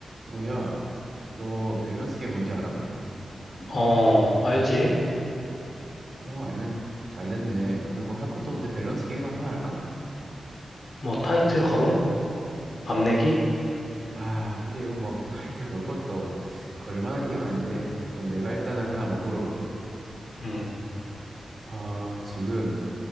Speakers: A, on the right; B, on the left.
A: 어, 야, 너 밸런스 게임 뭔지 알아?
B: 어, 알지?
A: 어, 알면 잘 됐네. 우리 뭐 할 것도 없는데 밸런스 게임이나 한 판 할까?
B: 뭐, 타이트 걸음? 밤내기?
A: 아, 근데 이건 뭐 <laughs> 타이틀 걸 것도 걸 만한 게임은 아닌데. 그럼 내가 일단은 하나 뭐 물어볼게.
B: 음.
A: 아, 지금